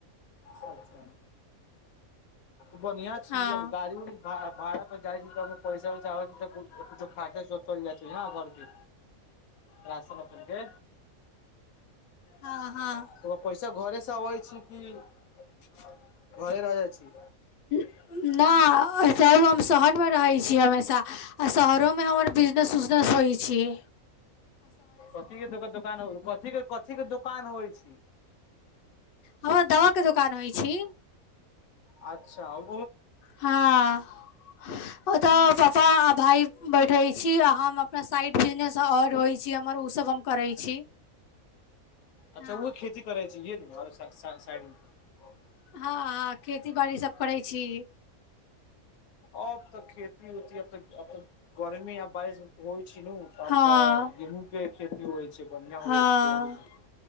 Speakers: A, on the left (about 80°); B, on the left (about 60°).
A: अचछा बढ़िआँ छी
B: हँ
A: आब गाड़ी उड़ी भाड़ा पर जाइ छी तऽ पैसा वैसा होइ किछु खाके सब चलि जाइ छै ने घरके राशन सुनके
B: हँ हँ
A: पैसा घरे से अबै छी कि घरे रहहि जाइ छी
B: न च हम शहर मे रहै छीै हमेशा आ शहरोमे हमर बिजनेस उजनेस त होइ छियै
A: कथी के दोकान दोकान होउ कथी के कथी के दोकान होइ छै
B: हमरा दवाके दोकान होइ छी
A: अच्छा आओर
B: हँ ओतऽ पापा आ भााय बैठे छी आ हम अपना साइड बिजनेस औरइ छी हमर उ सब करै छी
A: अच्छा
B: हँ
A: वह खेती करै छै ये ने साइड मे
B: हँ हँ खेती बाड़ी सब करै छी
A: अब तक खेती ओती अब तक अ त गर्मी य बारिश हो छिनु त आब
B: हँ
A: तऽ गेहूँ के खेती होइ छै बढ़ियां
B: हँ
A: हो जाइ छै गेहूँ के खेती